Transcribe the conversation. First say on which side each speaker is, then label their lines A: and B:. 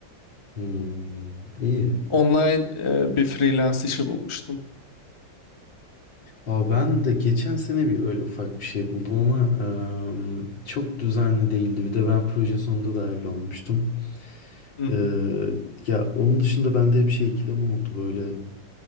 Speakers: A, on the left (about 75°); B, on the left (about 20°).
A: Hmm, iyi.
B: Online e, bir freelance işi bulmuştum.
A: Aa, ben de geçen sene bir öyle ufak bir şey buldum ama em, çok düzenli değildi. Bir de ben proje sonunda dahil olmuştum.
B: Hı hı.
A: Eee, ya onun dışında bende hep şey ikileme oldu böyle.